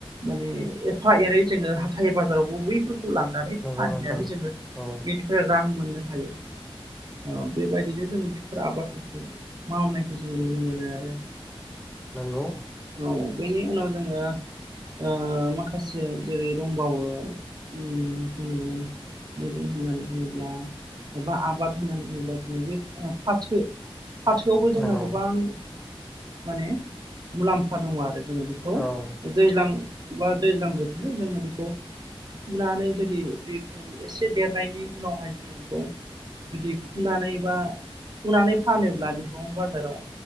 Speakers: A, on the right; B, in the centre.
A: माने एफा एनै जोङो हाथाइ बाजारावबो बैफोरखौ लांनानै
B: नंगौ
A: फारिहैनानै
B: नोंथां
A: जोङो
B: औ
A: बेनिफ्राय रां मोननो हायो बेबायदिनो जों बैफोर आबादफोरखौ मावनायखौ जोङो नुनो मोनो आरो
B: नोंगौ
A: औ बेनि उनाव जोङो ओ माखासे जेरै दंबावो ओ मैगं होननानै बुङोब्ला एबा आबाद होननानै बुङोब्ला जोङो बे फाथो फाथोआवबो जोंहा
B: नंगौ
A: गोबां माने मुलाम्फा दङ आरो जोङो बेखौ
B: औ
A: दैज्लां बा दैज्लां बोथोराव जोङो बेखौ फुनानै जुदि बेखौ एसे देरनायनि उनावहाय जोङो बेखौ जुदि फुनानै बा फुनानै फानोब्ला बेखौ बाजाराव